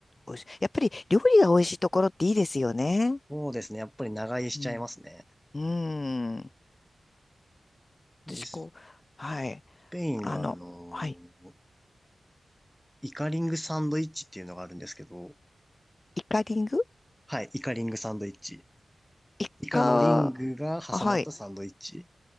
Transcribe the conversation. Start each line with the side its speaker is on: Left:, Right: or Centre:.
Left: 美味しい。やっぱり料理が美味しいところっていいですよね。
Centre: そうですね、やっぱり長居しちゃいますね。
Left: うん。うん。
Centre: で、
Left: 私、
Centre: ス
Left: こう、はい。
Centre: ペインが、
Left: あの、
Centre: あのー
Left: はい。
Centre: イカリングサンドイッチっていうのがあるんですけど、
Left: イカリング
Centre: はい、イカリングサンドイッチ。
Left: イカ、
Centre: イカのリンあグが挟まったサンドイッチ。
Left: あはい。